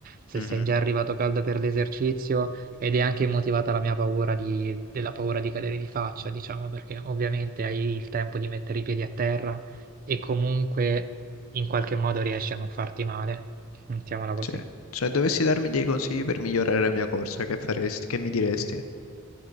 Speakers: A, on the right (about 40°); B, on the left (about 80°).
A: se
B: Mhm.
A: sei già arrivato caldo per l'esercizio, ed è anche motivata la mia paura di, della paura di cadere di faccia, diciamo, perché ovviamente hai il tempo di mettere i piedi a terra e comunque in qualche modo riesci a non farti male, mettiamola
B: Sì.
A: così.
B: Cioè, dovessi darmi dei consigli per migliorare la mia corsa, che faresti? Che mi diresti?